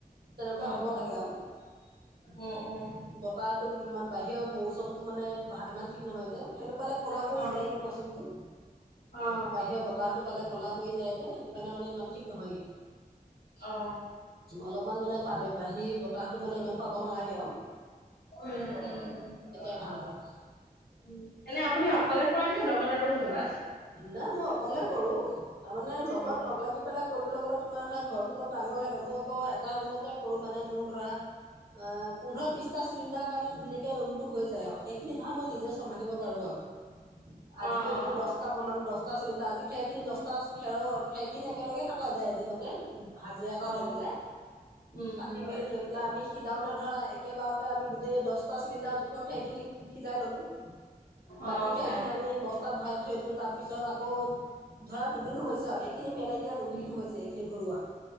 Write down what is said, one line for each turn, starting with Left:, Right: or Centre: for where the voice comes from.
Right: তেনেকুৱা
Left: উম
Right: হব
Left: উম
Right: লাগে আৰু
Left: উম উম
Right: বতাহ ই বাহিৰৰ মৌচমতটো মানে ইমান ঠিক নহয় যে সেইটো পালে কলা পৰি
Left: অ
Right: যায়গে মাছৰুমতটো
Left: অ
Right: বাহিৰৰ বতাহতো ফালে কল পৰি যায় । এ সেইটো সেইকাৰণে মানে ইমান ঠিক নহয়গে
Left: অ
Right: অলপমান মানে পালে বাহি বতাহতো মানে ইমান পাব নালাগে আৰু
Left: উ'ম উ'ম উ'ম উ'ম
Right: তেতিয়া ভাল আৰু
Left: এনে আপুনি অকলে কৰেনে লগত আৰু কোনোবা আছে
Right: নাই মই অকলে কৰো তাৰমানে লগত
Left: অ',
Right: লগ লাগি পেলাই কৰিবলৈ গ'লে। তোমাৰ ধৰা ঘৰটো অলপ ডাঙৰ লাগে, মই আকৌ এটা ৰুমতে কৰো মানে মোৰ ধৰা অ', পোন্ধৰ বিশটা চিলিণ্ডাৰ সেই কাৰণে ধুনীয়াকে ৰুমটো হৈ যায় আৰু সেই খিনি ধৰা মই নিজে চম্ভালিব পাৰোঁ আৰু
Left: অ',
Right: আজি যদি
Left: অ',
Right: দশ দহটা
Left: অ',
Right: বনালো দহটা দহটা চিলিণ্ডাৰ আজি খেৰ খিনি দহটা খেৰ খেৰ খিনি একেলগে কটা যায় এদিনতে হাজিৰা
Left: অ',
Right: এটা লৈ পেলাই
Left: উম,
Right: কাটি
Left: উম।
Right: মেলি লৈ পেলাই আমি সিজাওতে ধৰা একেবাৰত আমি গোটেই দহটা চিলিণ্ডাৰ জোখৰ সেইখিনি সিজাই ললো বাকী
Left: অ',
Right: খেৰ
Left: অ',
Right: খিনি আমি বস্তাত ভৰাই। থৈ দিলো। তাৰ পিছত আকৌ ধৰা দুদিন হৈছে আৰু এইখিনি মেলাই দিয়া দুদিন
Left: উম,
Right: হৈছে এইখিনি ভৰোৱা।